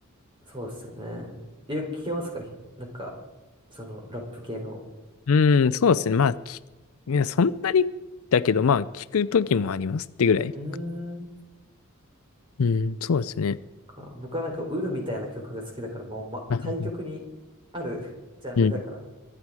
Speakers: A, on the right (about 25°); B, on the left (about 70°).
A: そうっすよね。よく聞けますかひなんか、その、ラップ系の。
B: うん、そうですね。まあ、き、いや、そんなにだけど、まあ、聞くときもありますってぐらい。
A: うーん。
B: うん、そうですね。
A: か僕はなんか、ウルみたいな曲が好きだから、もう、ま、
B: うん。
A: 対極にある <laughs> ジャンルだから、
B: うん